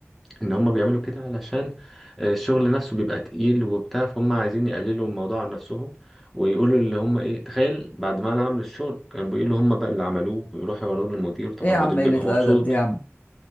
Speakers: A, in the centre; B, on the left (about 30°).
A: ان هم بيعملوا كده علشان آه، الشغل نفسه بيبقى تقيل وبتاع فهم عايزين يقللوا الموضوع عن نفسهم ويقولوا اللي هم ايه تخيل بعد ما انا اعمل الشغل كانوا بيقولوا هم بقى اللي عملوه ويروحوا يوروه للمدير طبعا
B: يا
A: المدير
B: عم
A: بيبقى
B: قلة الأدب
A: مبسوط
B: دي يا عم